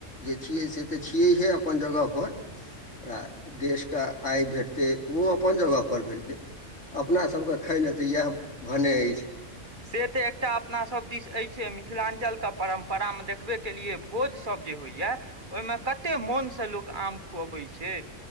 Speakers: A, on the left (about 75°); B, on the right (about 45°).
A: जे छियै से तऽ छियैहे अपन जगहपर र देशके आय भेटतै ओ अपन जगहपर भैटतै अपना सबके खाइ लए तऽ इएह भने अछि
B: से तऽ एकटा अपनासभ दिस अछि मिथिलाञ्चल के परम्परामे देखबे केलियै भोजसब जे होइया ओहिमे कते मोन से लोक आम खुआबै छै